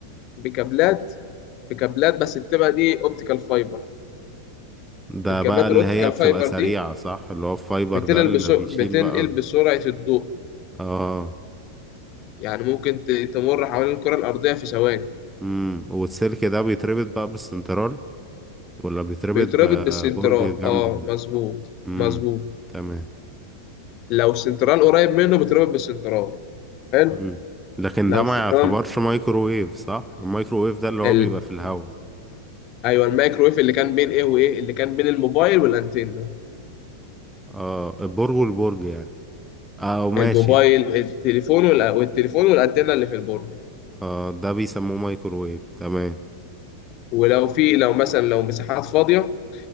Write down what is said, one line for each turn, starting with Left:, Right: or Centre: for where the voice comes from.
Left: بكابلات بكابلات بس بتبقى دي اوبتيكال فايبر
Centre: ده
Left: الكابلات
Centre: بقى اللي
Left: الاوبتيكال
Centre: هي بتبقى
Left: فايبر
Centre: سريعة
Left: دي
Centre: صح اللي هو الفايبر
Left: بتنقل
Centre: ده اللي
Left: بسو...
Centre: بيشيل
Left: بتنقل
Centre: بقى
Left: بسرعة الضوء
Centre: اه
Left: يعني ممكن ت- تمر حوالين الكرة الأرضية في ثواني
Centre: امم والسلك ده بيتربط بقى بالسنترال ولا بيتربط
Left: بيتربط
Centre: ببرج
Left: بالسنترال
Centre: جنبه
Left: اه مظبوط
Centre: امم
Left: مظبوط
Centre: تمام
Left: لو السنترال قريب منه بيتربط بالسنترال حلو
Centre: امم لكن
Left: لو
Centre: ده ما
Left: السنترال
Centre: يعتبرش مايكروويف صح المايكروويف ده اللي هو
Left: ال...
Centre: بيبقى في الهواء
Left: ايوه الميكرويف اللي كان بين ايه وايه اللي كان بين الموبايل والانتنه
Centre: اه البرج والبرج يعني اه ماشي
Left: الموبايل التليفون وال- والتليفون والانتنه اللي في البرج
Centre: اه ده بيسموه مايكروويف تمام
Left: ولو في لو مثلا لو مساحات فاضيه